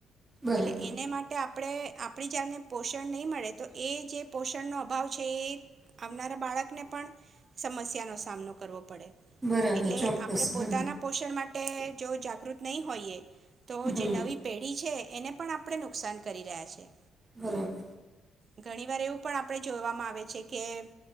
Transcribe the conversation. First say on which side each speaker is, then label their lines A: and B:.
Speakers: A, on the right (about 15°); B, on the right (about 45°).
A: બરાબર
B: એટલે એને માટે આપણે આપડી જાને. પોષણ નહીં મળે. તો એ જે પોષણનો અભાવ છે. એ આવનારા બાળકને પણ સમસ્યાનો સામનો કરવો પડે.
A: બરાબર
B: એટલે
A: ચોક્કસ
B: આપ પોતે
A: હમ
B: પોષણ માટે જો જાગૃત નહીં હોઈએ. તો
A: હમ
B: જે નવી પેઢી છે. એને પણ આપણે નુકસાન કરી રહ્યા છે.
A: બરાબર
B: ઘણી વાર એવું પણ આપણે જોવામાં આવે છે, કે